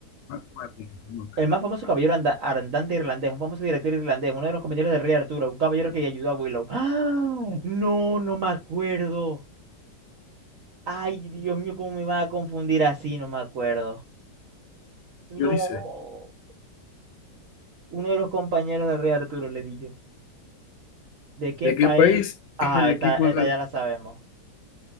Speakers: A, on the left; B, on the right.
A: Mac Mardigan. No tengo
B: El más
A: idea.
B: famoso caballero anda- andante irlandés, un famoso director irlandés, uno de los compañeros del rey Arturo, un caballero que ayudó a Willow. ¡Ah! No, no me acuerdo. Ay, Dios mío, cómo me va a confundir así, no me acuerdo. No.
A: Yo ni sé.
B: Uno de los compañeros del rey Arturo, le di yo. ¿De qué
A: ¿De
B: país?
A: qué país
B: Ajá,
A: es el equipo
B: esta, esta
A: de...
B: ya la sabemos.